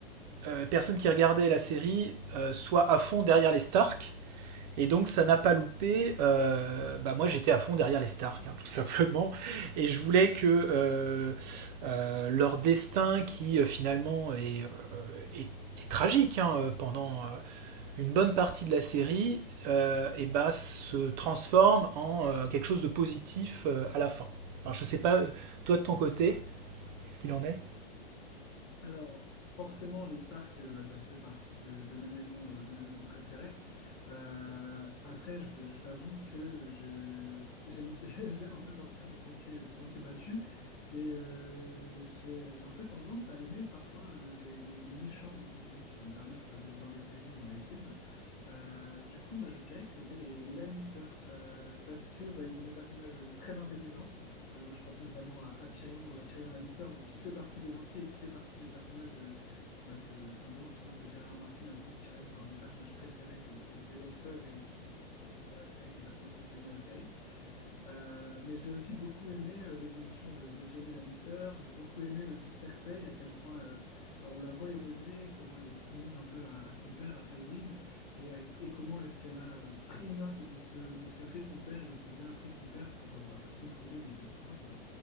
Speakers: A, on the right; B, on the left.
A: euh, personne qui regardait la série euh, soit à fond derrière les Stark. Et donc ça n'a pas loupé. euh, bah moi j'étais à fond derrière les Stark, hein, tout <laughs> simplement. Et je voulais que euh, euh, leur destin, qui euh, finalement est, euh, est- est tragique hein, euh, pendant euh, une bonne partie de la série euh, eh ben, se transforme en euh, quelque chose de positif euh, à la fin. Alors, je sais pas, toi de ton côté, qu'est-ce qu'il en est
B: Alors, forcément, les Stark, euh, bah, ça faisait partie de, de mes maisons, euh, de mes maisons préférées. Euh, après, je, je t'avoue que je, j'aime, <laughs> j'aime un peu sortir des sentiers, des sentiers battus. Et euh, j'ai, j'ai un peu tendance à aimer parfois euh, les, les- les méchants, entre guillemets, si je peux me permettre, de- dans les séries et dans les films. Euh, du coup, moi, je dirais que c'était les, les Lannister, euh, parce que bah, ils ont des personnages très intelligents. Euh, moi, je pense notamment à, à Tyrion, euh, à Tyrion Lannister, bon, qui fait partie des gentils et qui fait partie des personnages euh, bah, que, tout simplement, tu sens que J.R.R. Martin a voulu que Tyrion soit un des personnages préférés de- des, des lecteurs et aussi, du coup, pour, euh, pour la série, des personnes qui visionnaient la série. Euh, mais j'ai aussi beaucoup aimé euh, l'évolution de, de Jaime Lannister. J'ai beaucoup aimé aussi Cersei, à quel point euh, bah, on la voit évoluer, comment elle est soumise un peu à, à son père, à Tywin, et, à- et comment est-ce qu'elle a euh, pris note de ce que, de ce qu'a fait son père et de ce que lui a appris son père pour, euh, bah, pour contrôler les sept couronnes, quoi.